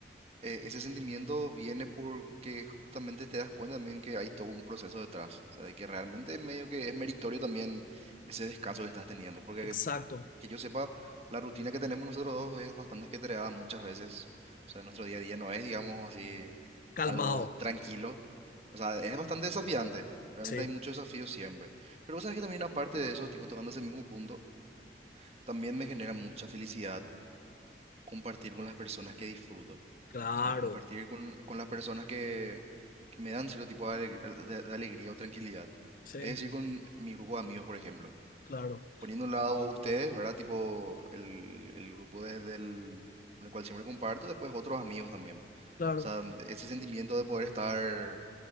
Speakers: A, on the right; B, on the left.
A: e- ese sentimiento viene porque justamente te das cuenta también que hay todo un proceso detrás, o sea, de que realmente medio que es meritorio también ese descanso que estás teniendo, porque
B: exacto,
A: que yo sepa, la rutina que tenemos nosotros dos es bastante ajetreada muchas veces, o sea, nuestro día a día no es, digamos así,
B: calmado,
A: algo tranquilo, o sea, es bastante desafiante, realmente
B: sí,
A: hay muchos desafíos siempre, pero vos sabes que también aparte de eso, tipo tocando ese mismo punto, también me genera mucha felicidad compartir con las personas que disfruto. O
B: claro.
A: sea, compartir con, con las personas que, que me dan cierto tipo de, aleg- de- de alegría o tranquilidad.
B: Sí.
A: Es decir, con mi grupo de amigos, por ejemplo.
B: Claro,
A: Poniendo a un lado ustedes, ¿verdad? Tipo el, el grupo de- del, con el cual siempre comparto, después otros amigos también.
B: claro,
A: O sea, ese sentimiento de poder estar...